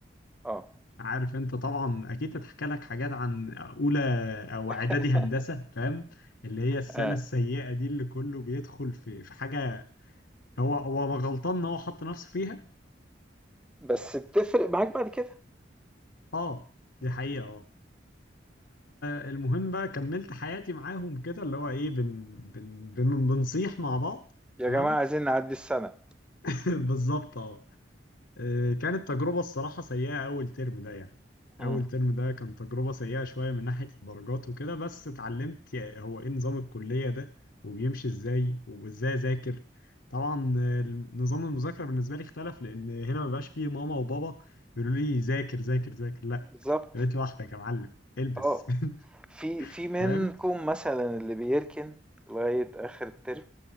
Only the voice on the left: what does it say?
عارف انت طبعا اكيد اتحكى لك حاجات عن اولى او
اعدادي هندسة فاهم اللي هي السنة
السيئة دي اللي كله بيدخل في في حاجة هو هو غلطان ان هو حط نفسه فيها
اه دي حقيقة اه فالمهم بقى كملت حياتي معاهم كده اللي هو ايه بن بن بن بنصيح مع بعض
تمام
<laughs> بالظبط اه آه، كانت تجربة الصراحة سيئة أول ترم ده يعني
أول ترم ده كان تجربة سيئة شوية من ناحية الدرجات وكده بس اتعلمت يا- هو إيه نظام الكلية ده وبيمشي إزاي وإزاي أذاكر طبعا آه، نظام المذاكرة بالنسبة لي اختلف لأن هنا مبقاش فيه ماما وبابا يقولوا لي ذاكر ذاكر ذاكر لأ
أنت بقيت لوحدك يا معلم البس
<laughs>
فاهم؟